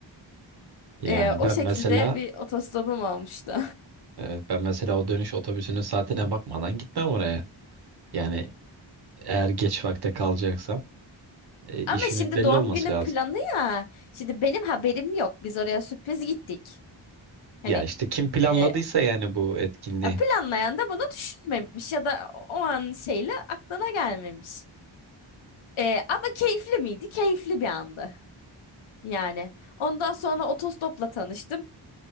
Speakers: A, on the right; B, on the left.
A: Yani
B: Ee, o
A: ben
B: şekilde
A: mesela
B: bir otostopum olmuştu.
A: e, ben mesela o dönüş otobüsünün saatine bakmadan gitmem oraya. Yani eğer geç vakte kalacaksam
B: <laughs>
A: e, işimin
B: Ama şimdi
A: belli
B: doğum
A: olması
B: günü
A: lazım.
B: planı ya. Şimdi benim haberim yok. Biz oraya sürpriz gittik. Hani
A: Ya işte kim planladıysa
B: e,
A: yani bu etkinliği.
B: ya planlayan da bunu düşünmemiş ya da o an şeyle aklına gelmemiş. E, ama keyifli miydi? Keyifli bir andı. Yani ondan sonra otostopla tanıştım.